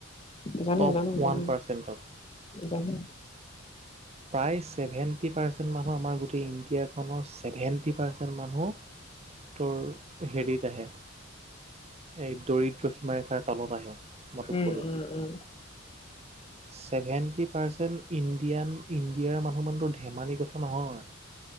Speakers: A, on the left; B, on the right.
A: জানো
B: টপ
A: জানো
B: ওৱান
A: জানো
B: পাৰ্চেণ্টত
A: জানো
B: প্ৰায় ছেৱেণ্টি পাৰ্চেন্ত মানুহ আমাৰ ইণ্ডিয়াখনৰ সেৱেনেটি পাৰ্চেন্ত মানুহ তৰ হেৰিত আহে এই দৰিদ্ৰ সীমাৰেখাৰ তলত আহে মই তোক
A: উম
B: ক'লোঁ
A: উম উম
B: ছেভেণ্টি পাৰ্চেণ্ট ইণ্ডিয়ান ইণ্ডিয়াৰ মানুহ মানটো ধেমালি কথা নহয়